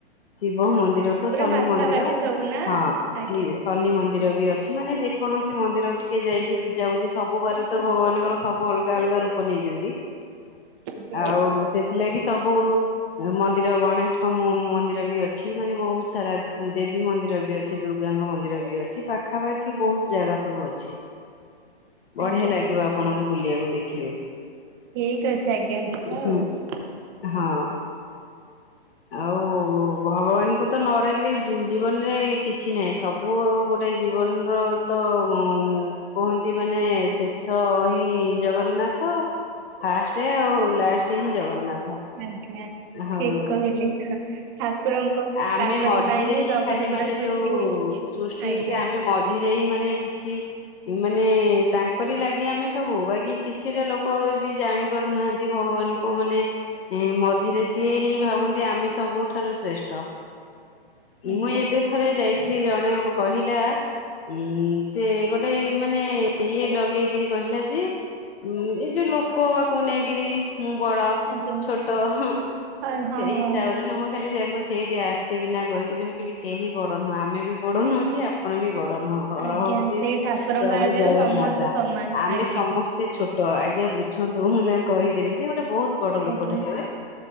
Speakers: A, on the left; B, on the right.
A: ଶିବ ମନ୍ଦିର ଠୁ
B: ପୁରା
A: ଶନି
B: ପାଖାପାଖି
A: ମନ୍ଦିର
B: ସବୁ ନା
A: ହଁ
B: ଆଜ୍ଞା
A: ସିଏ ଶନି ମନ୍ଦିର ବି ଅଛି ମାନେ ଯେକୌଣସି ମନ୍ଦିର ଟିକେ ଯାଇକି ପୂଜାପୂଜିି ସ ସବୁ ଘରେ ତ ଭଗବାନଙ୍କର ସବୁ ଅଲଗା ଅଲଗା ରୂପ ନେଇଚନ୍ତି,
B: ଆଜ୍ଞା।
A: ଆଉ ସେ ଥିଲାଗି ସବୁ ହେ ମନ୍ଦିର ଗଣେଶଙ୍କ ମ-ମନ୍ଦିର ବି ଅଛି, ମାନେ ବହୁତ ସାରା ଦେବୀ ମନ୍ଦିର ବି ଅ ଛି, ଦୁର୍ଗାଙ୍କ ମନ୍ଦିର ବି ଅଛି, ପାଖାପାଖି ବହୁତ ଜାଗା ସବୁ ଅଛି। ବଢିଆ
B: ଆଜ୍ଞା
A: ଲାଗିବ ଆପଣଙ୍କୁ ବୁଲିବାକୁ ଦେଖିବେ।
B: ଠିକ ଅଛି ଆଜ୍ଞା ଯିବା
A: ହୁଁ
B: ଆଉ। ଆଜ୍ଞା।
A: ହଁ। ଆଉ ଭଗବାନଙ୍କୁ ତ ନ ଡ଼ାକିଲେ ଜୀ ଜୀବନରେ କିଛି ନାହିଁ, ସବୁ ଗୋଟେ ଜୀବନର ତ ଉଁ, କୁହନ୍ତି ମାନେ ଶେଷ ହିଁ ଜଗନ୍ନାଥ। ଫାଷ୍ଟେ ଆଉ ଲାଷ୍ଟ ହିଁ ଜଗନ୍ନାଥ।
B: ଆଜ୍ଞା।
A: ହଉ।
B: ଠିକ୍ କହିଲେ ହଁ ଠାକୁରଙ୍କ
A: ଆମେ
B: ତାଙ୍କରି
A: ମଝିରେ
B: ପାଇଁ ହିଁ ଜଗତ
A: ଖାଲି
B: ପୁରା
A: ମାନେ
B: ସୃଷ୍ଟି
A: ଯୋଉ
B: ହେଇଛି।
A: ସୃଷ୍ଟି
B: ଆଜ୍ଞା
A: ହେଇଛି ଆମେ ମଝିରେ ହି ମାନେ କିଛି ମାନେ ତାଙ୍କରି ଲାଗେ ଆମେ ସବୁ, ବାକି କିଛିଟା ଲୋକ ବି ଜାଣି ପାରୁନାହାନ୍ତି ଭଗବାନ କୁ ମାନେ ଏଁ, ମ ଝିରେ ସିଏ ହିଁ ଭାବନ୍ତି ଆମେ ସବୁଠାରୁ ଶ୍ରେଷ୍ଠ।
B: ଆଜ୍ଞା
A: ମୁଁ ଏବେ ଥରେ ଯାଇଥିଲି ଜଣେ କହିଲା ଉଁ, ସେ ଗୋଟେ ଏ ମାନେ ଇଏ ଲଗେଇକିରି କହିଲା ଯେ ଉଁ, ଏ ଯେ ଲୋକ ପାଖକୁ ନେଇକିରି ମୁଁ ବଡ
B: ଆଜ୍ଞା
A: ଛୋଟ ହଁ।
B: ଆ ହଁ
A: ସେଇ ହିସାବରେ
B: ହଁ
A: ନା ମୁଁ ଖାଲି ତାଙ୍କୁ ସେଇଠି ଆସ୍ତେଇ କିି ନା କହିଥିଲି ମୁଁ କହିଲି କେହି ବଡ ନୁହଁ, ଆମେ ବି ବଡ ନୁହଁ କି ଆପଣ ବି ବଡ ନୁହଁ। ବଡ
B: ଆଜ୍ଞା
A: ହନ୍ତି
B: ସେଇ ଠାକୁରଙ୍କ
A: ପ୍ରଭୁ
B: ଆଗରେ
A: ଜଗନ୍ନାଥ
B: ସମସ୍ତେ ସମାନ
A: ଆମେ
B: ଆଜ୍ଞା
A: ସମସ୍ ସେ ଛୋଟ ଆଜ୍ଞା ବୁଝନ୍ତୁ ମୁଁ ତାଙ୍କୁ କହିଦେଲି ଯେ ଗୋଟେ ବହୁତ ବଡ ଲୋକଟେ
B: ଆଜ୍ଞା
A: ହେବେ।